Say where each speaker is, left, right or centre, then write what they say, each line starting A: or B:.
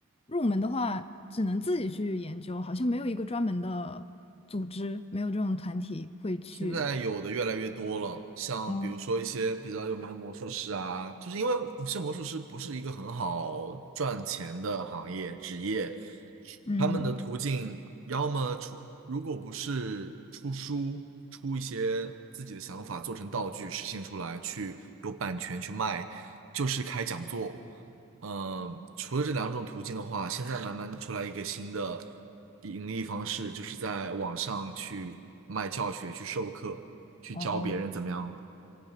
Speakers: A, on the left; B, on the right.
A: 入门的话，只能自己去研究，好像没有一个专门的组织，没有这种团体会去。
B: 现在有的越来越多了，像比如说一些比较有名的魔术师啊，
A: 嗯
B: 就是因为是魔术师不是一个很好赚钱的行业职业，
A: 嗯，
B: 他们的途径要么出，如果不是出书，出一些自己的想法做成道具实现出来，去有版权去卖，就是开讲座。嗯，除了这两种途径的话，现在慢慢出来一个新的盈利方式，就是在网上去卖教学、去授课、去教别人怎么样。
A: 哦